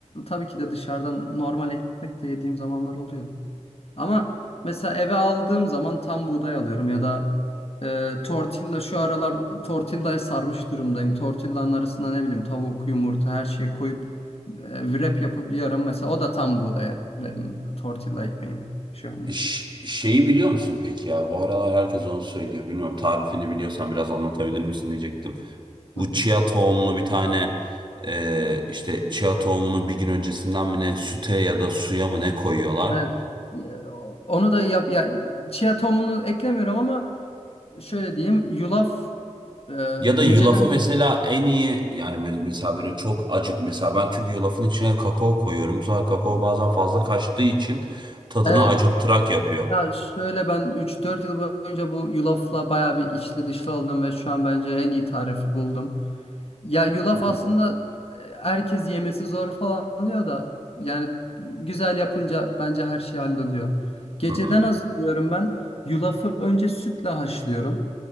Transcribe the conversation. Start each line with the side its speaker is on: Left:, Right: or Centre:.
Left: tabii ki de dışarıdan normal ekmek de yediğim zamanlar oluyor. Ama mesela eve aldığım zaman tam buğday alıyorum ya da e, tortilla şu aralar tortillaya sarmış durumdayım. Tortillanın arasına ne bileyim tavuk, yumurta her şeyi koyup e, wrap yapıp yiyorum. Mesela o da tam buğdaya benim tortilla ekmeğim şu anda.
Right: Ş- şeyi biliyor musun peki ya? Bu aralar herkes onu söylüyor. Bilmiyorum tarifini biliyorsan biraz anlatabilir misin diyecektim.
Left: Hı
Right: Bu
Left: hı.
Right: chia tohumlu bir tane e, işte chia tohumunu bir gün öncesinden mi ne süte ya da suya mı ne koyuyorlar?
Left: Evet. Ya, o- Onu da yap ya chia tohumunu eklemiyorum ama şöyle diyeyim yulaf e,
Right: Ya da
Left: geceden
Right: yulafı mesela en iyi yani mes- mesela böyle çok acı mesela ben çünkü yulafın içine kakao koyuyorum. Bu sefer kakao bazen fazla kaçtığı için tadını
Left: evet
Right: acımtırak yapıyor.
Left: Ya şöyle ben üç dört yıl boyunca bu yulafla bayağı bir içli dışlı oldum ve şu an bence en iyi tarifi buldum. Ya yulaf
Right: Hı
Left: aslında e, herkes yemesi zor falan diyor da yani güzel yapınca bence her şey halloluyor. Geceden
Right: hı
Left: hazırlıyorum ben. Yulafı önce sütle haşlıyorum